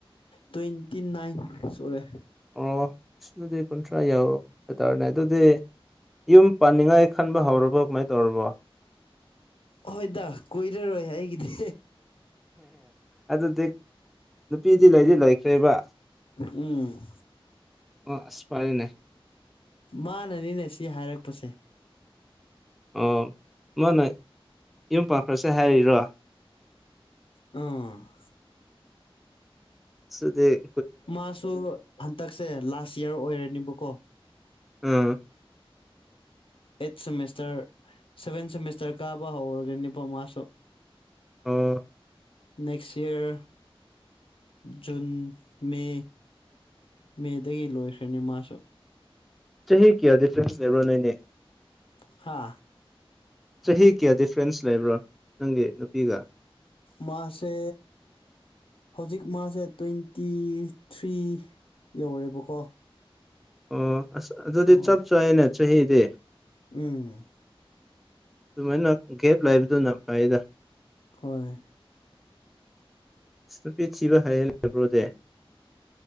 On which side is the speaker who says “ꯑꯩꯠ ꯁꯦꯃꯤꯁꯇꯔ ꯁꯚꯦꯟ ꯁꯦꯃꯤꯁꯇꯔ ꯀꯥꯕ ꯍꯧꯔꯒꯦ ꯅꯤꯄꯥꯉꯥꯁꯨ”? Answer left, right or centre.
Left